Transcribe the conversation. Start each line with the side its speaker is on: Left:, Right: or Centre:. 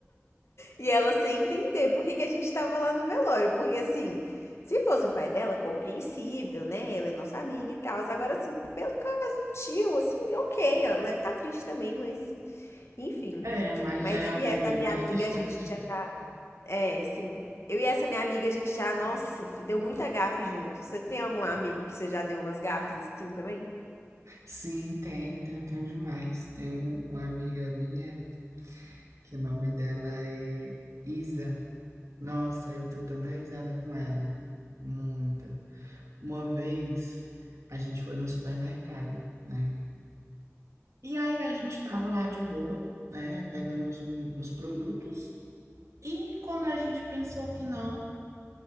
Left: E ela sem entender por que, que a gente tava lá no velório. Porque assim, se fosse o pai dela, compreensível, né? Ela é nossa amiga e tal. Agora, assim, pelo caso do tio, assim, ok, ela deve tá triste também, mas enfim.
Right: É, mas
Left: Mas
Right: já é
Left: eu
Right: alguém
Left: e essa
Right: bem
Left: minha
Right: mais
Left: amiga,
Right: distante.
Left: a gente já. É, sim. Eu e essa minha amiga, a gente já, nossa, deu muita gafe junto. Você tem algum amigo que você já deu umas gafes assim também?
Right: Sim, tem, tem, tem demais. Tem um- uma amiga minha, que o nome dela é Isa. Nossa, eu dou tanta risada com ela. Muita. Uma vez a gente foi no supermercado, né? E aí a gente estava lá de boa, né? Pegando os, os produtos. E quando a gente pensou que não,